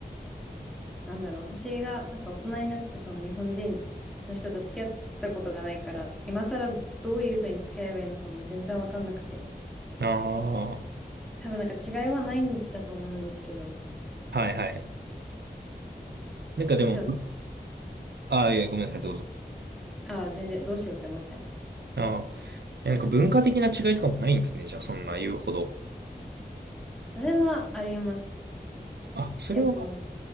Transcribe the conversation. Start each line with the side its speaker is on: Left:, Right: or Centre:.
Centre: なんだろう、私がなんか大人になってその日本人の人と付き合ったことがないから、今更どういうふうに付き合えばいいのかも全然わかんなくて。
Right: ああ、は
Centre: 多分なんか違いはないんだと思うんですけど、
Right: いはい。なんかでも、
Centre: どうしよう、
Right: ああ、いえ、ごめんなさい、どうぞ。
Centre: ああ、全然どうしようって思っちゃいます。
Right: ああ、なんか文化的な違いとかもないんですね。じゃあ、そんな言うほど。
Centre: それはあります。
Right: あ、それは、
Centre: でも、